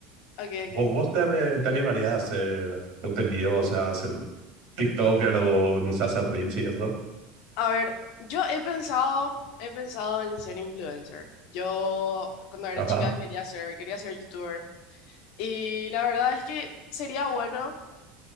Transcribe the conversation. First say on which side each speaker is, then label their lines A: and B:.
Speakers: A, on the left (about 70°); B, on the right (about 70°).
A: ok,
B: ¿Vos,
A: ok.
B: vos te, te animarías a hacer contenido, o sea, hacer TikToker o no sé, hacer reels y eso?
A: A ver, yo he pensado, he pensado en ser influencer. Yo cuando era
B: Ajá.
A: chica quería ser, quería ser youtuber. Y la verdad es que sería bueno,